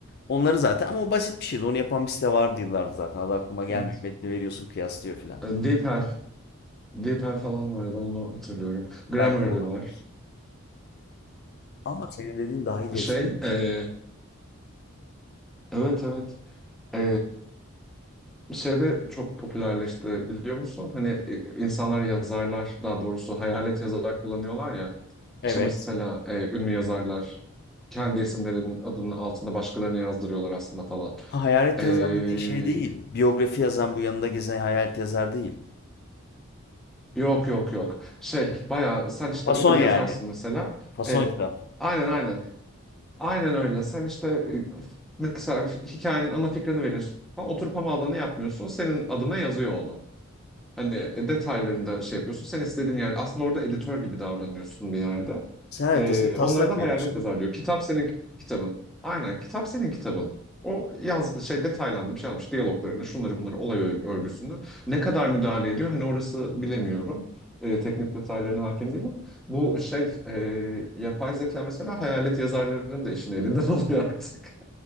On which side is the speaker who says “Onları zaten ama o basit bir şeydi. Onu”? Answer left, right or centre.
Left